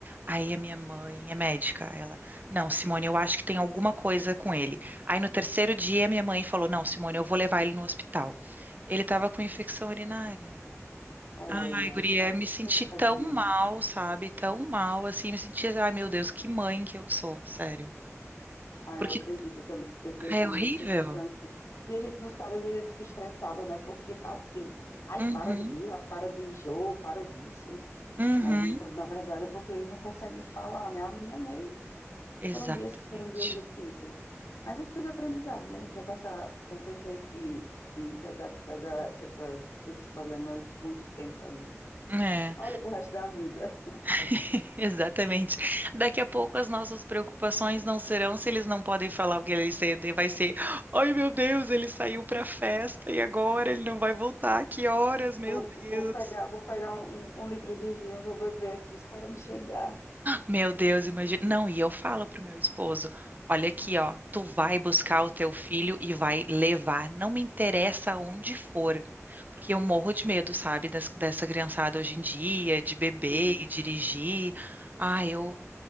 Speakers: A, on the right; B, on the left.
A: Aí a minha mãe é médica. Ela, não, Simone, eu acho que tem alguma coisa com ele. Aí no terceiro dia, minha mãe falou, não, Simone, eu vou levar ele no hospital. Ele estava com infecção urinária.
B: olha,
A: Ai, guria,
B: tá,
A: me senti
B: coitadinho.
A: tão mal, sabe? Tão mal, assim, me senti, ai, meu Deus, que mãe que eu sou, sério.
B: Ah,
A: Porque
B: eu acredito, eu tam- eu tenho
A: ai,
B: essa
A: é
B: mesma
A: horrível.
B: sensação, assim. E a gente não sabe, às vezes a gente fica estressada, né? Porque tá assim, ai,
A: Uhum,
B: para de birra, para de jogo, para disso.
A: uhum,
B: Mas no- quando, na verdade é porque eles não conseguem falar, né? A minha mesmo,
A: exatamente.
B: foram dias, foram dias difíceis. Mas é tudo aprendizado, né? A gente vai passar, vão crescer e, e vai dar, vai dar essas, esses problemas muito tempo ainda.
A: É,
B: Olha pro resto da vida.
A: <laughs> exatamente. Daqui a pouco as nossas preocupações não serão se eles não podem falar o que eles sentem, vai ser, ai, meu Deus, ele saiu pra festa e agora ele não vai voltar, que horas,
B: <laughs>
A: meu
B: Vou,
A: Deus.
B: vou pegar, vou pegar um, um um litro de vinho, vou beber aqui, esperando chegar.
A: Meu Deus, imagina. Não, e eu falo pro meu esposo, olha aqui, ó, tu vai buscar o teu filho e vai levar, não me interessa onde for, porque eu morro de medo, sabe, das- dessa criançada hoje em dia, de beber
B: Sim.
A: e dirigir. Ah, eu